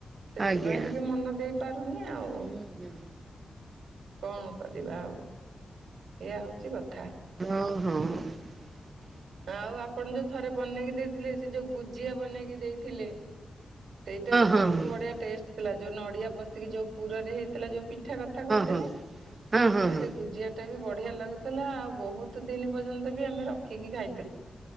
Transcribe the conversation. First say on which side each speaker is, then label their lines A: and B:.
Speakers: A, on the right; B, on the right.
A: ସେଥିପାଇଁ
B: ଆଜ୍ଞା
A: ଟିକେ ମନ ଦେଇ ପାରୁନି ଆଉ।
B: ହୁଁ ହୁଁ
A: କଣ କରିବା ଆଉ, ଏଇଆ ହଉଛି କଥା।
B: ହଁ ହଁ।
A: ଆଉ ଆପଣ ଯୋଉ ଥରେ ବନେଇକି ଦେଇଥିଲେ, ସେ ଯୋଉ ଗୁଜିଆ ବନେଇକି ଦେଇଥିଲେ। ସେଇଟା ବି
B: ହଁ ହଁ ହଁ ହଁ ହଁ
A: ବହୁତ ବଢିଆ ଟେଷ୍ଟ ଥିଲା, ଯୋଉ ନଡିଆ ପଶିକି ଯୋଉ ପୁରରେ ହେଇଥିଲା। ଯୋଉ ପି ମିଠା କଥା କହୁଥିଲେ,
B: ହଁ ହଁ
A: ଆଉ
B: ହଁ
A: ସେ ଗୁଜିଆଟା ବି ବ ବଢିଆ ଲାଗୁଥିଲା, ଆଉ ବହୁତ ଦିନ ପର୍ଯ୍ୟନ୍ତ ବି ଆମେ ରଖିକି ଖାଇ